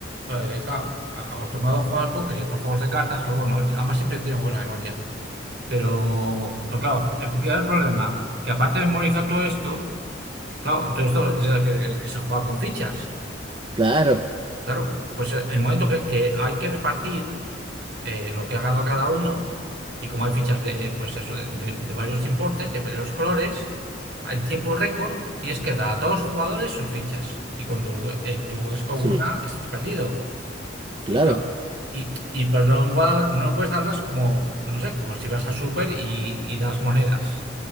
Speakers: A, on the right; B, on the right.
A: eh, claro, a- acostumbrado a jugar al póker y otros juegos de cartas, pero bueno, además siempre he tenido buena memoria. Pero, pero claro, el, ¿qué era el problema? Que aparte de memorizar todo esto, claro, todo esto es que, que se juega con fichas.
B: Claro,
A: Claro, pues el momento que, que hay que repartir eh, lo que ha ganado cada uno, y como hay fichas de, pues eso, de, de- de varios importes, de varios colores, en tiempo récord tienes que dar a todos los jugadores sus fichas. Y cuando te equivoques con
B: sí,
A: una, estés perdido.
B: claro.
A: Y claro. Y, y pero no, va- no puedes darlas como, no sé, como si vas a super y, y das monedas.